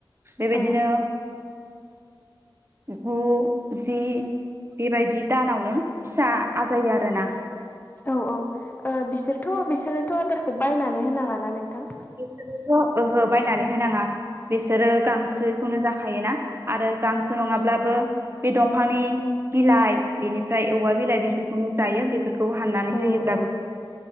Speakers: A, on the right (about 30°); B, on the left (about 25°).
A: बेबायदिनो
B: औ
A: गु जि बेबायदि दानावनो फिसा आजायो आरोना
B: औ औ ओ बिसोरथ' बिसोरनोथ' आदारखौ बायनानै होनाङाना नोंथां
A: बिसोरनोथ' ओहो बायनानै होनाङा बिसोरो गांसोखौनो जाखायोना आरो गांसो नङाब्लाबो बे दंफांनि बिलाइ बेनिफ्राय औवा बिलाइ बेफोरखौनो जायो बे फोरखौ हाननानै
B: औ
A: होयोब्लाबो
B: औ